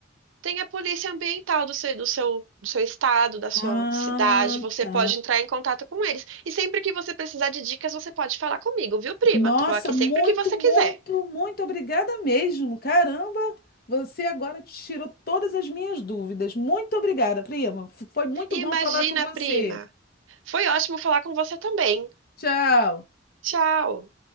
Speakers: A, on the right; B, on the left.
A: Tem a polícia ambiental do seu, do seu, do seu estado, da sua
B: Ah,
A: cidade. Você
B: tá.
A: pode entrar em contato com eles. E sempre que você precisar de dicas, você pode falar comigo, viu, prima?
B: Nossa,
A: Tô aqui
B: muito,
A: sempre que você
B: muito,
A: quiser.
B: muito obrigada mesmo. Caramba, você agora tirou todas as minhas dúvidas. Muito obrigada, prima. F- Foi muito
A: Imagina,
B: bom falar com você.
A: prima. Foi ótimo falar com você também.
B: Tchau.
A: Tchau.